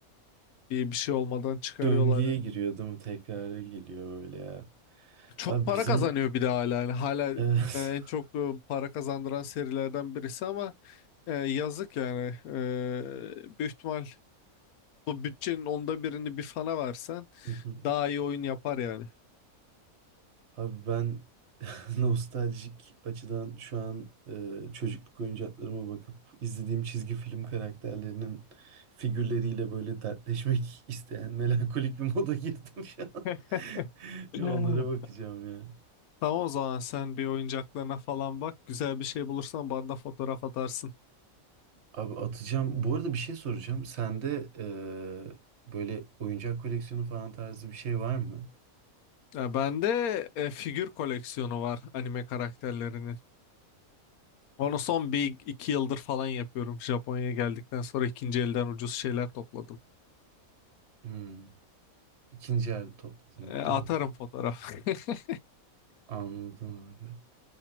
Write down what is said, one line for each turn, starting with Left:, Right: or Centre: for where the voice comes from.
Left: iyi bir şey olmadan çıkarıyorlar.
Right: Döngüye
Left: yani.
Right: giriyor değil mi? Tekrara geliyor böyle ya.
Left: Çok
Right: Abi
Left: para
Right: bizim
Left: kazanıyor bir de hala yani hala
Right: evet.
Left: e, en
Right: <laughs>
Left: çok e, para kazandıran serilerden birisi ama e, yazık yani. E, büyük ihtimal bu bütçenin onda birini bir fana versen
Right: Hı hı.
Left: daha iyi oyun yapar yani.
Right: Abi ben <laughs> Nostaljik açıdan şu an e, çocukluk oyuncaklarıma bakıp izlediğim çizgi film karakterlerinin figürleriyle böyle dertleşmek <laughs> isteyen melankolik bir moda <laughs> girdim şu an.
Left: <laughs>
Right: <laughs> Bir
Left: Hmm.
Right: onlara bakacağım ya.
Left: Tamam o zaman sen bir oyuncaklarına falan bak. Güzel bir şey bulursan bana da fotoğraf atarsın.
Right: Abi atacağım. Bu arada bir şey soracağım. Sende e, böyle oyuncak koleksiyonu falan tarzı bir şey var mı?
Left: Ya bende e, figür koleksiyonu var anime karakterlerinin. Onu son bir iki yıldır falan yapıyorum. Japonya'ya geldikten sonra ikinci elden ucuz şeyler topladım.
Right: Hmm. İkinci el topladın
Left: E,
Right: hep
Left: atarım
Right: değil mi?
Left: fotoğraf. <laughs>
Right: Anladım abi.